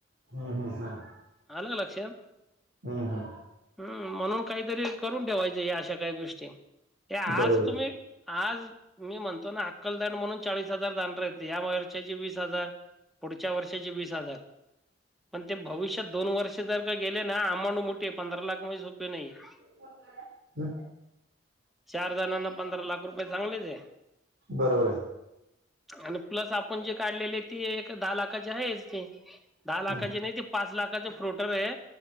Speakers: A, on the right (about 65°); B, in the centre.
A: हम हम
B: आल लक्षात
A: हं हं
B: हम्म म्हणून काहीतरी करून ठेवायचं या अशा काही गोष्टी हे आज
A: बरोबर
B: तुम्ही आज मी म्हणतो ना अक्कलदांड म्हणून चाळीस हजार जाणार हाईत या वर्षाचे वीस हजार पुढच्या वर्षीचे वीस हजार पण ते भविष्यात दोन वर्ष जर का गेले ना अमाऊंड मोठी आय पंधरा लाख म्हणजे सोपी नाहीयाय
A: <inaudible>
B: चार जणांना पंधरा लाख रुपये चांगलेच हाय
A: बरोबर हाय
B: आणि प्लस आपण जे काढलेले ती एक दहा लाखाची आहे ते दहा लाख
A: हम्म
B: <unintelligible> नाही ते पाच लाखाच फ्रोटर हे